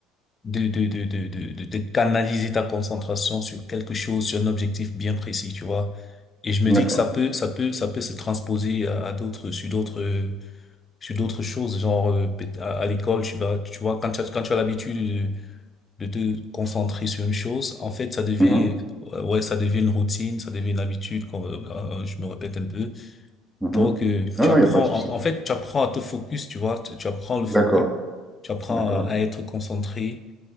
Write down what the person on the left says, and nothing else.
de, de, de, de, de, de- de canaliser ta concentration sur quelque chose, sur un objectif bien précis, tu vois. Et je me
dis que ça peut, ça peut, ça peut se transposer à, à d'autres, sur d'autres, sur d'autres choses. Genre, euh, peut- à, à l'école, tu vas, tu vois, quand tu as, quand tu as l'habitude de te concentrer sur une chose, en fait, ça devient,
euh, ouais, ça devient une routine, ça devient une habitude, qu'on- euh, euh, je me répète un peu.
Donc, euh,
tu
apprends,
en, en fait, tu apprends à te focus, tu vois, tu, tu apprends le
focus, tu apprends
à, à être concentré